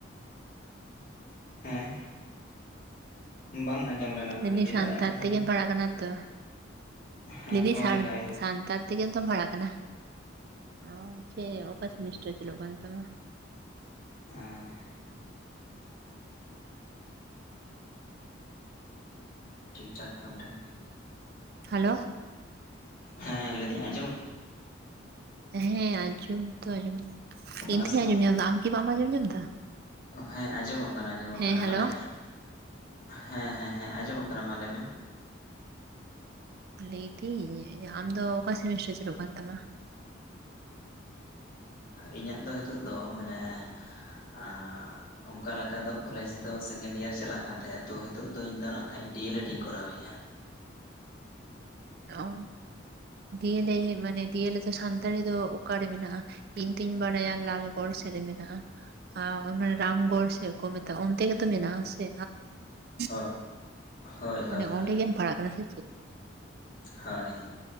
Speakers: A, on the left; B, on the right.
A: ᱦᱮᱸ ᱵᱟᱝ ᱟᱸᱡᱚᱢ ᱞᱮᱱᱟ
B: ᱞᱮᱭ
A: ᱵᱷᱟᱹᱜᱤ
B: ᱫᱟᱹᱧ
A: ᱴᱷᱤᱠ
B: ᱥᱟᱱᱛᱟᱲ
A: ᱟᱨ ᱢᱤᱫ ᱫᱷᱟᱣ
B: ᱛᱮᱜᱮᱢ
A: ᱞᱟᱹᱭ
B: ᱯᱟᱲᱟᱜ ᱠᱟᱱᱟ ᱛᱚ?
A: ᱦᱮᱸ
B: ᱞᱮᱭ ᱫᱟᱹᱧ
A: ᱦᱳᱭ
B: ᱥᱟᱲ
A: ᱦᱳᱭ
B: ᱥᱟᱱ ᱛᱟᱨ ᱛᱮᱜᱮ ᱛᱚᱢ ᱵᱷᱟᱲᱟᱜ ᱠᱟᱱᱟ ᱚ ᱪᱮᱫ ᱚᱠᱟ ᱥᱮᱢᱤᱥᱴᱟᱨ ᱪᱟᱹᱞᱩᱜ ᱠᱟᱱ ᱛᱟᱢᱟ?
A: ᱚ ᱴᱷᱤᱠ ᱴᱷᱟᱠ ᱟᱢ ᱴᱷᱮᱱ
B: ᱦᱮᱞᱳ
A: ᱦᱮᱸ ᱞᱮᱭᱫᱟᱹᱧ ᱟᱸᱡᱚᱢ
B: ᱦᱮᱸ ᱟᱸᱡᱚᱢ ᱫᱚ ᱟᱸᱚᱢ
A: ᱠᱟᱱᱟ
B: ᱤᱧ ᱛᱚᱧ
A: ᱥᱮ
B: ᱟᱸᱡᱚᱢ
A: ᱵᱟᱝ
B: ᱧᱟᱢ ᱮᱫᱟ ᱟᱢ ᱠᱤ ᱵᱟᱢ ᱟᱸᱡᱚᱢ ᱧᱟᱢ ᱮᱫᱟ?
A: ᱦᱮᱸ ᱟᱸᱡᱚᱢᱚᱜ ᱠᱟᱱᱟ ᱟᱸᱡᱚᱢᱚᱜ
B: ᱦᱮᱸ
A: ᱠᱟᱱᱟ
B: ᱦᱮᱞᱳ
A: ᱢᱟᱱᱮ ᱦᱮᱸ ᱦᱮᱸ ᱦᱮᱸ ᱟᱸᱡᱚᱢᱚᱜ ᱠᱟᱱᱟ ᱢᱟ ᱞᱮᱭ ᱢᱮ᱾
B: ᱞᱮᱭᱫᱤᱧ ᱟᱢᱫᱚ ᱚᱠᱟ ᱥᱮᱢᱤᱥᱴᱟᱨ ᱪᱟᱹᱞᱩᱜ ᱠᱟᱱ ᱛᱟᱢᱟ?
A: ᱤᱧᱟᱹᱜ ᱫᱚ ᱱᱤᱛᱚᱜ ᱫᱚ ᱢᱟᱱᱮ, ᱟᱜ ᱚᱱᱠᱟ ᱞᱮᱠᱟ ᱫᱚ ᱠᱚᱞᱮᱡᱽ ᱫᱚ ᱥᱮᱠᱮᱱᱰ ᱤᱭᱟᱨ ᱪᱟᱞᱟᱜ ᱠᱟᱱᱛᱟᱦᱮᱼᱟ ᱛᱚ ᱱᱤᱛᱚᱜ ᱫᱚ ᱤᱧᱫᱚ ᱱᱟᱜ ᱠᱷᱟᱱ ᱰᱤ ᱮᱞ ᱮᱰ ᱤᱧ ᱠᱚᱨᱟᱣᱮᱫᱼᱟ᱾
B: ᱚ ᱰᱤᱭᱮᱞᱮ ᱢᱟᱱᱮ ᱰᱤᱭᱮᱞᱮ ᱫᱚ ᱥᱟᱱᱛᱟᱲᱤ ᱫᱚ ᱚᱠᱟᱨᱮ ᱢᱮᱱᱟᱜᱼᱟ? ᱤᱧ ᱛᱩᱧ ᱵᱟᱲᱟᱭᱟ ᱞᱟᱞᱜᱚᱲ ᱥᱮᱫ ᱨᱮ ᱢᱮᱱᱟᱜᱼᱟ᱾ ᱟ ᱢᱟᱱᱮ ᱨᱟᱢᱜᱚᱲ ᱥᱮᱫ ᱠᱚ ᱢᱮᱛᱟᱜᱼᱟ ᱚᱱᱛᱮ ᱜᱮᱛᱚ ᱢᱮᱱᱟᱜᱼᱟ ᱥᱮ᱾
A: ᱦᱚᱸ
B: <inaudible>
A: ᱦᱳᱭ
B: ᱢᱟᱱᱮ
A: ᱦᱳᱭ ᱦᱳᱭ
B: ᱚᱸᱰᱮ ᱜᱮᱢ ᱯᱟᱲᱟᱜ ᱠᱟᱱᱟ ᱥᱮ ᱪᱮᱫ?
A: ᱦᱳᱭ